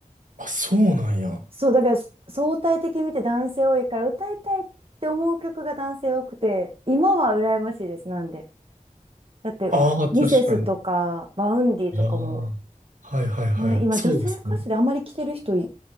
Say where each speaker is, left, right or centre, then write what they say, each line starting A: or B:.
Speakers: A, on the right (about 65°); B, on the right (about 40°).
A: あ、そうなんや。
B: そう、だから相対的に見て男性多いから歌いたいって思う曲が男性多くて、今は羨ましいです、なんで。だって、
A: ああ、
B: ミセスとか、
A: 確かに。
B: バウンディとかも、
A: ああ。はいはいはい。
B: ね、今女性歌手であんまり来てる人い、
A: そうですね。